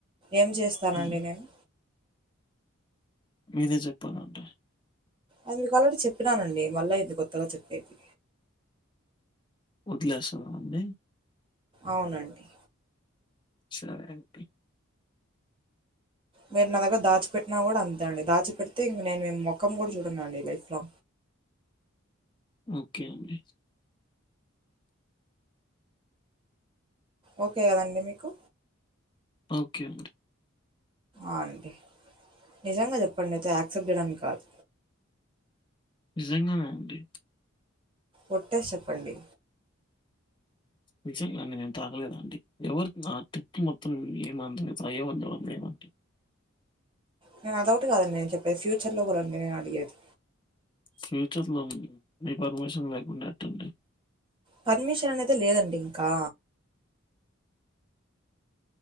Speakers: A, on the right (about 25°); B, on the left (about 25°).
A: ఏం చేస్తానండి
B: హ్మ్.
A: నేను
B: మీరే చెప్పాలండి
A: అది మీకు అల్రెడీ చెప్పినానండి మళ్ళ ఏంది కొత్తగా చెప్పేది
B: వదిలేస్సావా అండి
A: అవునండి
B: సరే అనిపి
A: మీరు నా దగ్గర దాచిపెట్టినా కూడా అంతే అండి దాచి పెడితే ఇంక నేను మీ మొఖం కూడా చూడను అండి లైఫ్ లో
B: ఓకే అండి
A: ఓకే కదండి మీకు
B: ఓకే అండి
A: ఆ అండి నిజంగా చెప్పండి అయితే యాక్సెప్ట్ చేయడానికి కాదు
B: నిజంగానే అండి
A: ఒట్టేసి చెప్పండి
B: నిజంగా అండి నేను తాగలేదు అండి ఎవరికి నా ఆ ట్రిప్ మొత్తం ఏం అంతగా తాగేవాళ్ళు ఎవరు లేరండి
A: నేను అదొకటి కాదండి నే చెప్పేది ఫ్యూచర్ లో కూడా అండి నేను అడిగేది
B: ఫ్యూచర్ లో మీ పర్మిషన్ లేకుండా ఎట్టండి
A: పర్మిషన్ అనేదే లేదండి ఇంకా